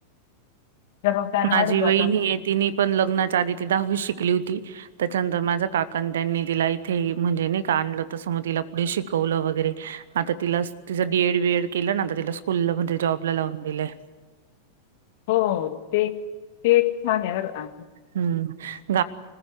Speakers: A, on the left; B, on the right.
A: जबाबदाऱ्या
B: माझी
A: वाढून जातात.
B: वहिणीये तिनी पण लग्नाच्या आधी ती दहावीच शिकली होती त्याच्यानंतर माझा काकानं त्यांनी तीला ई थे म्हणजे नी का आणलं तसं म तिला पुढे शिकवलं वगैरे आता तिलास् तिचं डी. एड, बी. एड केलं ना आता तिला स्कूलला मधे जॉबला लावून दिलंय.
A: हो ते ते एक छाने बरं का
B: हम्म